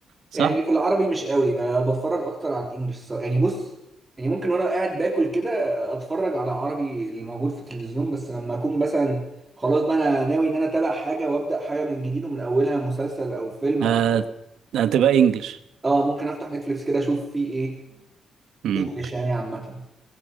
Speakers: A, on the right; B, on the right.
A: صح
B: يعني في العربي مش قوي ب- بتفرج اكتر على الانجليش الصراحة. يعني بص يعني ممكن وانا قاعد باكل كده اتفرج على عربي اللي موجود في التلفزيون بس لما اكون مثلا خلاص بقى انا ناوي ان انا اتابع حاجه وابدا حاجه من جديد ومن اولها مسلسل او فيلم
A: آه،
B: او
A: هتبقى انجلش
B: اه ممكن افتح نتفليكس كده اشوف فيه ايه
A: امم
B: انجليش يعني عامه